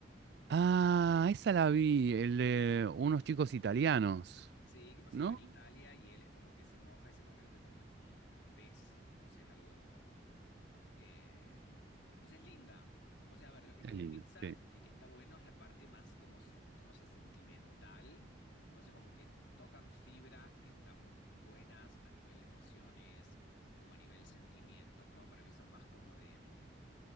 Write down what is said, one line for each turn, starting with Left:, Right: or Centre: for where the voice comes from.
Right: Ah, esa la vi, el de unos chicos italianos,
Left: Sí, que pasa
Right: ¿no?
Left: todo en Italia y él es como que se moja y se convierte como, es como un pez, no sé, es algo como... eh, O sea, es linda. O sea, a ver, lo que
Right: Es
Left: tiene
Right: linda,
Left: Pixar,
Right: sí.
Left: que, que está bueno, es la parte más como, sen- o sea, sentimental. O sea, como que tocan fibras que están buenas a nivel emociones, como a nivel sentimientos, ¿no? Para mí son más como de... mm,